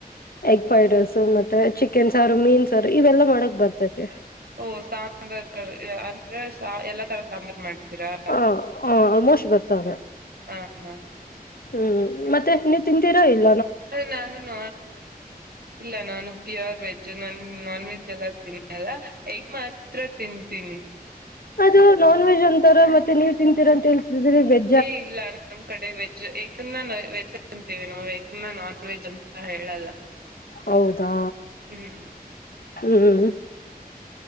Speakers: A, on the left; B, on the right.
A: ಎಗ್ ಫ್ರೈಡ್ ರೈಸು ಮತ್ತೆ ಚಿಕನ್ ಸಾರು ಮೀನ್ ಸಾರು ಇವೆಲ್ಲ ಮಾಡಕ್ ಬರ್ತೈತಿ.
B: ಓ ಸಾಂಬಾರ್ ಕ ಅಂದ್ರೆ ಸ ಎಲ್ಲಾ ತರ ಸಾಂಬಾರ್ ಮಾಡ್ತೀರಾ.
A: ಹ ಹ ಆಲ್ಮೋಸ್ಟ್ ಬರ್ತದೆ.
B: ಹಾ ಹಾ
A: ಹ್ಮ್ ಮತ್ತೆ ನೀವ್ ತಿಂತೀರಾ ಇಲ್
B: ಹ ನಾನು ನ. ಇಲ್ಲ ನಾನು ಪ್ಯೂರ್ ವೆಜ್ಜ್ ನಾನ ನಾನ್ ವೆಜ್ ಎಲ್ಲ ತಿನ್ನಲ್ಲ ಎಗ್ ಮಾತ್ರ ತಿಂತೀನಿ.
A: ಅದು ನಾನ್ ವೆಜ್ ಅಂತಾರ ಮತ್ತೆ ನೀವ್ ತಿಂತೀರ ಅಂತ ಹೆ <unintelligible>
B: ಏ ಇಲ್ಲ. ನಮ್ಮ್ ಕಡೆ ವೆಜ್ ಎಗ್ ನ ವೆಜ್ ಅಂತೀವಿ ನಾವು ಏಗ್ನ ನಾನ್ ವೆಜ್ ಅಂತ ಹೇಳಲ್ಲ.
A: ಹೌದಾ
B: ಹ್ಮ್
A: ಹ್ಮ್.